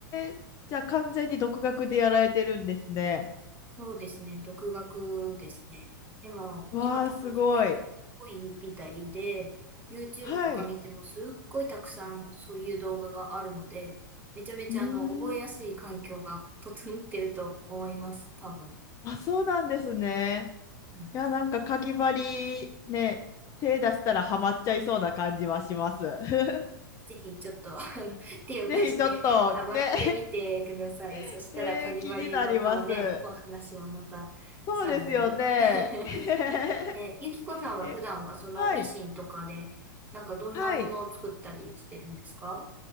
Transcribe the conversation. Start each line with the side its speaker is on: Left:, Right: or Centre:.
Left: え。じゃあ完全に独学でやられてるんですね。
Right: そうですね。独学ですね。でも、
Left: わあ、
Right: 今多分そういう人多いみたいで、
Left: すごい。
Right: YouTube
Left: はい。
Right: とか見てもすっごいたくさんそういう動画があるので、めちゃめちゃあの、
Left: うーん。
Right: 覚えやすい環境が整ってると思います。多分。
Left: あ、そうなんですね。
Right: はい。
Left: いや、なんか、かぎ針ね、手出したらハマっちゃいそうな感じはします。<laughs>
Right: ぜひちょっと、あの、<laughs> 手を出してハマってみてください。
Left: ぜひちょっと、ね、<laughs>
Right: そしたら、
Left: えー気になります。
Right: かぎ針のね、お話はまたさらに
Left: そうですよね。
Right: <laughs>
Left: <laughs>
Right: で、ゆきこさんは普段はそのミシンとかで、
Left: え、はい、
Right: なんかどんなものを作ったりしてるんですか
Left: はい。